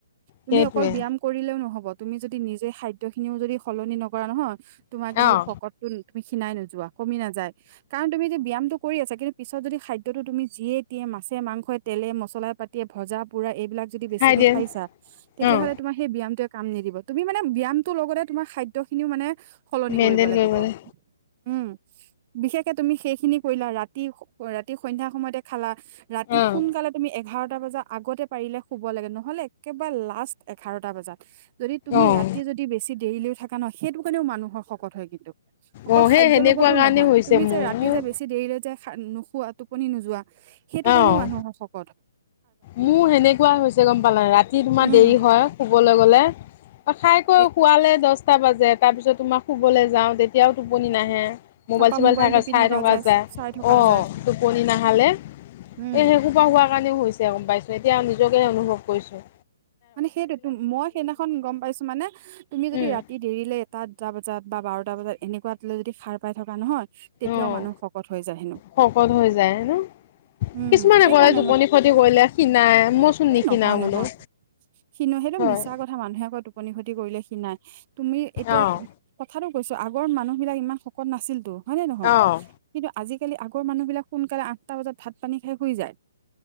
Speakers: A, on the right; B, on the left.
A: তুমি
B: সেইটোৱে
A: অকল বিয়্যাম কৰিলেও নহব, তুমি যদি নিজে খাদ্য খিনিও যদি সলনি নকৰা নহয়, তোমাৰ কিন্তু
B: অঁ
A: শকতটো তুমি ক্ষিনাই নোযোৱা, কমি নাযায়, কাৰণ তুমি যে ব্যায়ামটো কৰি আছা, কিন্তু পিছত যদি খাদ্যটো তুমি যিয়ে দিয়ে মাছে মাংসই তেলে মছলা পাতিয়ে ভজা পোৰা এইবিলাক যদি বেছিকে
B: খাই দিয়ে
A: খাইছা, তেতিয়া
B: অঁ
A: হ'লে তোমাৰ সেই বিয়্যামটোৱে কাম নিদিব তুমি মানে ব্যয়ামটো লগতে তোমাৰ খাদ্যখিনিও মানে সলনি
B: মেইনটেইন
A: কৰিব লাগিব।
B: লাগে
A: উম, বিশেষকে তুমি সেইখিনি কৰিলা ৰাতি ৰাতি সন্ধ্যা সময়তে খালা ৰাতি
B: অঁ
A: সোনকালে তুমি এঘাৰটা বজা আগতে পাৰিলে শুব লাগে নহ'লে একেবাৰে লাষ্ট এঘাৰটা বজাত যদি তুমি
B: অঁ
A: ৰাতিয় যদি বেছি দেৰিলেও থাকা ন সেইটো কাৰণেও মানুহৰ শকত হয় কিন্তু। অকল
B: অঁ সেই
A: খাদ্যয়
B: সেনেকুৱা
A: লগতো
B: কাৰণে
A: নহয়
B: হৈছে
A: তুমি
B: মোৰ
A: যে ৰাতি যে বেছি দেৰিলৈ যায় খ নোখোৱা টোপনি নোযোৱা সেইটো কাৰণেও
B: অঁ
A: মানুহৰক্ত
B: মোৰ সেনেকুৱাই হৈছে গম পালা ৰাতি তোমাৰ
A: উম
B: দেৰি হয়। শুবলৈ গ'লে, খাই কৈ
A: এ
B: শুৱালে দহটা বাজে তাৰপিছত তোমাক শুবলৈ যাওঁ তেতিয়াও টোপনি নাহে। মোবাইল
A: তাৰপা
B: চোবাইল থাকে
A: টিপি
B: চাই থকা যায়,
A: চাই থকা
B: অ'
A: যায়
B: টোপনি নাহালৈ। এ
A: উম
B: শেই সোপা হোৱাৰ কাৰণেও হৈছে, গম পাইছো এতিয়া নিজকেহে অনুভৱ কৰিছো।
A: মানে সেইটো মই সেইদিনাখন গম পাইছো মানে তুমি যদি
B: উম
A: ৰাতি দেৰিলে এটা দুটা বজাত বা বাৰটা বজাত এনেকুৱাত লৈ যদি সাৰ পাই থকা নহয়। তেতিয়াও
B: অ'
A: মানুহ শকত হৈ যায় হেনো।
B: শকত হৈ যায় ন
A: উম
B: কিছুমানে
A: সেইকাৰণে
B: কলে টোপনি
A: মই
B: ফটি কৰিলে কিণাই মইচোন
A: এই
B: নিশিনা
A: নহয় নহয়
B: বোলো।
A: সিনো সেইটো
B: হয়
A: মিছা কথা মানুহে আকৌ টোপনি ক্ষতি কৰিলে সি নাই, তুমি এতিয়া
B: অ'
A: কথাটো কৈছো আগৰ মানুহ বিলাক ইমান শকত নাছিলতো হয় নে নহয়?
B: অ'
A: কিন্তু আজিকালি আগৰ মানুহ বিলাক সোনকালে আঠটা বজাত ভাত পানী খাই শুই যায়।